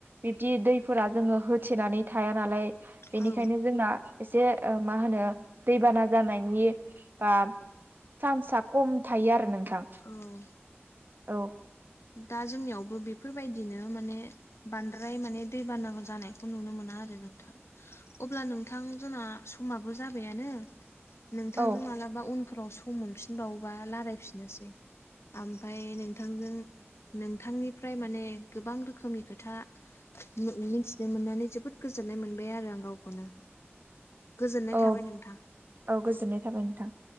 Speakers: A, on the right; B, on the left.
A: बिब्दि दैफोरा जोङो होथेनानै थाया नालाय। बेनिखायनो
B: औ
A: जोंना एसे ओ मा होनो दैबाना जानायनि बा चान्सआ खम थायो आरो नोंथां।
B: औ
A: औ
B: दा जोंनियावबो बेफोरबायदिनो माने बांद्राय माने दैबाना जानायखौ नुनो मोना आरो नोंथां। अब्ला नोंथां जोंना समाबो जाबायानो नोंथांजों
A: औ
B: मालाबा उन फोराव सम मोनफिनबावोबा रायलायफिननोसै ओमफफ्राय नोंथां जों नोंथांनिफ्राय माने गोबां रोखोमनि खोथा मिथिनो मोननानै जोबोद गोजोननाय मोनबाय आरो आं गावखौनो। गोजोननाय
A: औ
B: थाबाय नोंथां
A: औ गोजोननाय थाबाय नोंथां।